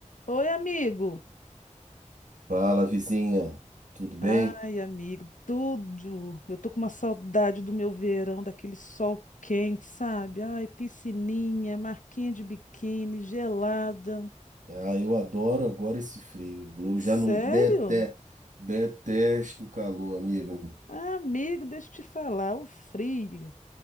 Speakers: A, on the left (about 80°); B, on the right (about 75°).
A: Oi, amigo.
B: Fala, vizinha, tudo bem?
A: Ai, amigo, tudo. Eu tô com uma saudade do meu verão, daquele sol quente, sabe? Ai, piscininha, marquinha de biquíni, gelada.
B: Ah, eu adoro agora esse frio. Eu já
A: Sério?
B: não dete- detesto o calor, amigo.
A: Ah, amigo, deixa eu te falar, o frio